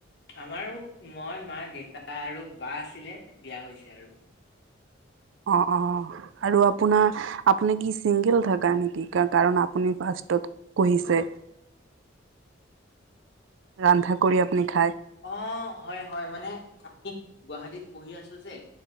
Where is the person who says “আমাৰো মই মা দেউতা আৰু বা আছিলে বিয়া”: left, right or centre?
Left